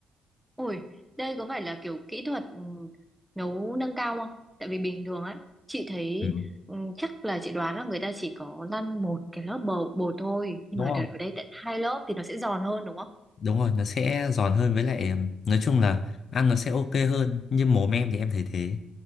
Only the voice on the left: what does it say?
ừ.
đúng
không
đúng rồi nó sẽ giòn hơn với lại nói chung là ăn nó sẽ ok hơn như mồm em thì em thấy thế